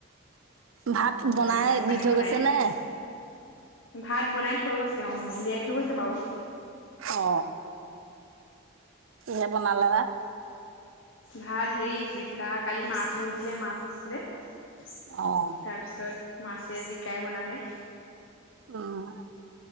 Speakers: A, on the right; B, on the left.
A: ভাত বনাই
B: মই ভাত
A: দি
B: পানী
A: থৈ
B: বনাই
A: গৈছে
B: থওঁ
A: নে
B: ভাত বনাই থৈ গৈছো তেওঁ উলিয়াই থৈ গৈছে বাৰু
A: অ কিহে বনালে বা
B: ভাত হেৰি জিকা কালি মাছ আনিছিলে মাছ হৈছিলে তাৰপিছত
A: অ',
B: মাছে জিকাই বনালে
A: অহ